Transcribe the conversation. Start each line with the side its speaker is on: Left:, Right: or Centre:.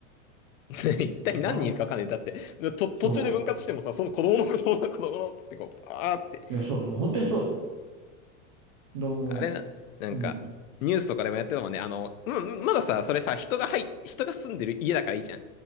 Left: <laughs> 一体何人いるかわかんない。
Right: う。まじ、
Left: だって、と、途中で分割してもさ、
Right: そ
Left: その子供の子供の子供のっつってこう、あーって
Right: う。いや、そうそう、本当にそうよ。どうも、
Left: あれな、なんか、
Right: うん。
Left: ニュースとかでもやってたもんね。あの、うんうんまださ、それさ、人が入っ、人が住んでる家だからいいじゃん。